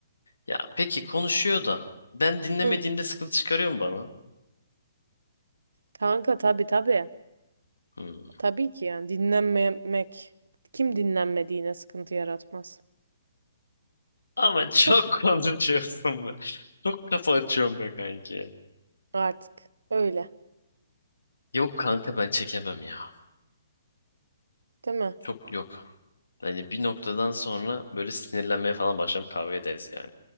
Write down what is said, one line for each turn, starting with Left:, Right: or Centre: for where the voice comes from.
Left: Ya peki konuşuyor da ben dinlemediğimde
Right: Hı.
Left: sıkıntı çıkarıyor mu bana?
Right: Kanka tabii tabii.
Left: Hmm.
Right: Tabii ki yani dinlenmemek kim dinlenmediğine sıkıntı yaratmaz.
Left: Ama çok
Right: Çok
Left: <laughs> konuşuyorsun be. Çok kafa açıyorum be kanki.
Right: Artık öyle,
Left: Yok kanka ben çekemem ya.
Right: değil mi?
Left: Çok yok. Hani bir noktadan sonra böyle sinirlenmeye falan başlarım kavga ederiz yani.